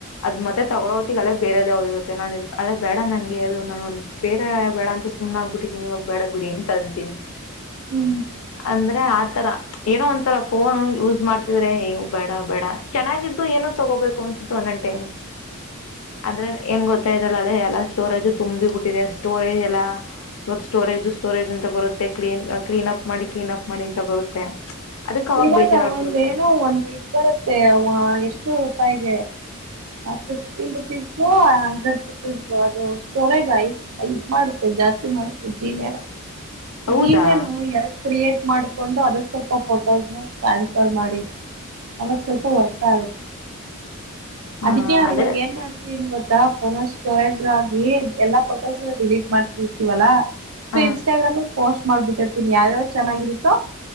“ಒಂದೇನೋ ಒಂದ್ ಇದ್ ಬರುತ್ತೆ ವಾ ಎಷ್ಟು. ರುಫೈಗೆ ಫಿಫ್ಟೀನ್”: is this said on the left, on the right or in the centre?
Right